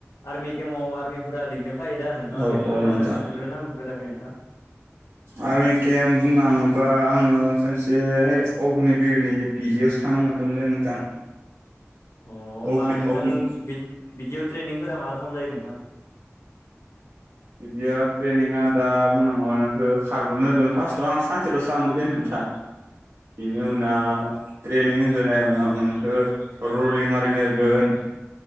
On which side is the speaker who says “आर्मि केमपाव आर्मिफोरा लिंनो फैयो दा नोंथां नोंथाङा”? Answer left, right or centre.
Left